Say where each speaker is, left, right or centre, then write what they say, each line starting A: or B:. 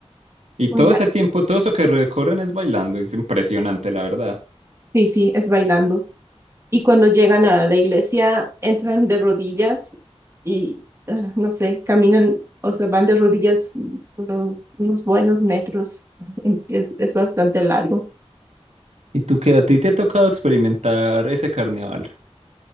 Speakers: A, on the right (about 80°); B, on the right (about 25°).
A: Y
B: Muy
A: todo
B: larga.
A: ese tiempo, todo eso que recorren es bailando. Es impresionante, la verdad.
B: Sí, sí, es bailando. Y cuando llegan a la iglesia, entran de rodillas y, ah, no sé, caminan, o sea, van de rodillas uno- unos buenos metros. <laughs> Es, es bastante largo.
A: ¿Y tú qué a ti te ha tocado experimentar ese carnaval